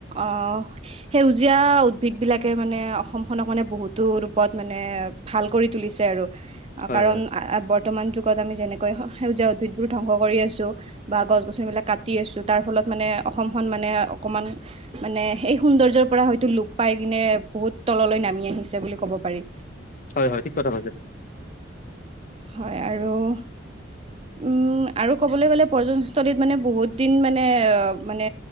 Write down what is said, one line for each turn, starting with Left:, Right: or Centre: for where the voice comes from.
Right: অ', সেউজীয়া উদ্ভিদবিলাকে মানে অসমখনক মানে বহুতো ৰূপত মানে ভাল কৰি তুলিছে আৰু,
Left: হয়
Right: কাৰণ
Left: হয়
Right: আ, বৰ্তমানটো ত' আমি যেনেকৈ সেউজীয়া উদ্ভিদবোৰ ধ্বংস কৰি আছোঁ বা গছ গছনিবিলাক কাটি আছোঁ, তাৰফলত মানে অসমখন মানে অকমান মানে সেই সৌন্দৰ্যৰ পৰা হয়তো লোপ পাই কিনে বহুত তললৈ নামি আহিছে বুলি ক'ব পাৰি।
Left: হয় হয় ঠিক কথা
Right: হয়, আৰু উম, আৰু ক'বলৈ গ'লে পৰ্যটনস্থলীত মানে বহুত দিন মানে অ', মানে